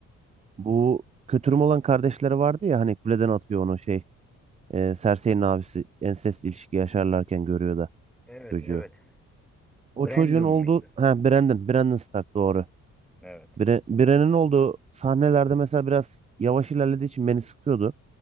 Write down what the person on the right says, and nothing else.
Bu kötürüm olan kardeşleri vardı ya hani kuleden atıyor onu şey. E, Cersei'nin abisi ensest ilişki yaşarlarken görüyor da
çocuğu.
O
çocuğun olduğu
ha Brandon, Brandon Stark doğru.
Bre, Bran'ın olduğu sahnelerde mesela biraz yavaş ilerlediği için beni sıkıyordu.